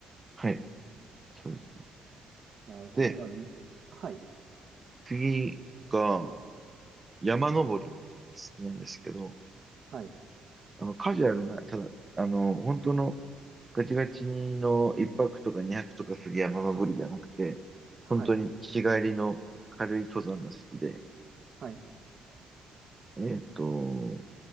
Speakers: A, on the right; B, on the right.
A: はい。そうですね。
B: なるほど。
A: で、
B: あ、はい、
A: 次が山登り好きなんですけど、
B: はい、
A: あの、カジュアルな、ただ、あの、本当のガチガチにの一泊とか二泊とかする山登りじゃなくて、
B: はい、
A: 本当に日帰りの軽い登山が好きで、
B: はい。
A: えっと、